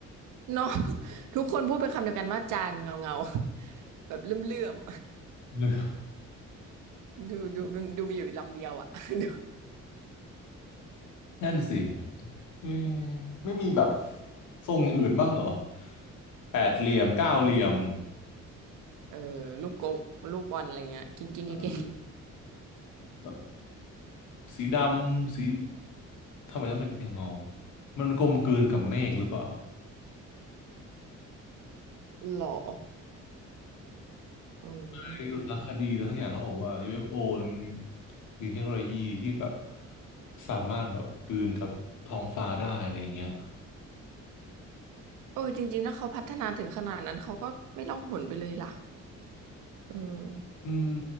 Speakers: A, on the right; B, on the left.
A: เนาะ <laughs> ทุกคนพูดเป็นคำเดียวกันว่าจานเงาเงาแบบเลื่อมเลื่อม
B: <laughs> หรือ
A: ดูดูดูมีอยู่ลำเดียวอ่ะ <laughs> ดู
B: นั่นสิไม่ไม่มีแบบทรงอย่างอื่นบ้างเหรอแปดเหลี่ยมเก้าเหลี่ยม
A: เออลูกกลมลูกบอลอะไรเงี้ยกิ้งกิ้งกิ้งกิ้ง
B: เออแบบสีดำสีทำไมต้องเป็นเพียงเงามันกลมกลืนกับเมฆหรือเปล่า
A: หรอเออไม่รู้อะ
B: ไปดูสารคดีแล้วสักอย่างเขาบอกว่า UFO เอฟโอเนี่ยมันมีมีเทคโนโลยีที่แบบสามารถแบบกลืนกับท้องฟ้าได้อะไรอย่างเงี้ย
A: เออจริงๆถ้าเขาพัฒนาถึงขนาดนั้นเขาก็ไม่ล่องหนไปเลยล่ะเออ
B: อืม